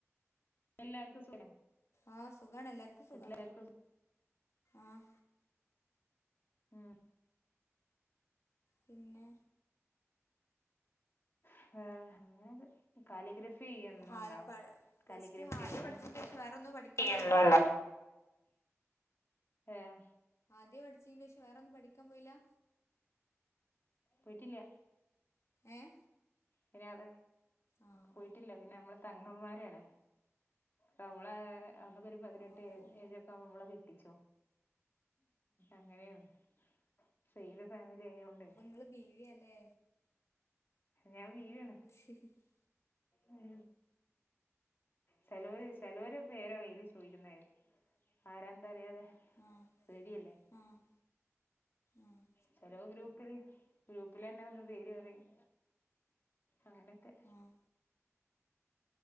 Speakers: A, on the left (about 45°); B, on the left (about 70°).
A: എല്ലാർക്കും സുഖല്ലേ
B: ആഹ് സുഖാണ് എല്ലർക്കും സുഖാ
A: വീട്ടിലെല്ലാർക്കും
B: ആഹ്
A: ആഹ്
B: പിന്നെ
A: <unintelligible> കാലിഗ്രഫി ചെയ്യൂന്നുണ്ടോ
B: ഹായ് പ പ്ലസ്
A: കാലിഗ്രഫി
B: ടു ഹാദ്യ
A: അങ്ങനെ
B: പഠിച്ചതിന്റെ ശേഷം വേറൊന്നും പഠിക്കാൻ പോയില്ല
A: ഏഹ്
B: ആദ്യ പഠിച്ചതിന് ശേഷം വേറെന്നും പഠിക്കാൻ പോയില്ലാ
A: <inaudible> പോയിട്ടില്ല
B: ഏഹ്
A: പിന്നെ അത്
B: ആഹ്
A: പോയി ട്ടില്ല പിന്നെ നമ്മള് പെങ്ങന്മാരാണ് നമ്മള നമ്മക്ക് ഒരു പതിനെട്ട്
B: ഓ
A: ഏജ്
B: ഓ
A: ഏജ് ഒക്കെആകുമ്പോ നമ്മളെ കെട്ടിച്ചും അങ്ങനെയാണ് സയ്ദ് ഫാമിലി ആയോണ്ടെ
B: നിങ്ങള് ബീവിയാ അല്ലേ
A: ഞാൻ ബീവി ആണ്
B: <inaudible>
A: ഉം ചെലോര് ചെലോര് വേറെ വേയിൽ ചോദിക്കുന്നായി ആരാന്താ അറിയാതെ
B: ആഹ്
A: ബീവിഅല്ലേ
B: ആഹ് ആഹ്
A: ചെലോ ഗ്രൂപ്പില് ഗ്രൂപ്പിൽ തന്നെ വന്ന് പേര് പറയും അങ്ങനൊക്കെ
B: ആഹ്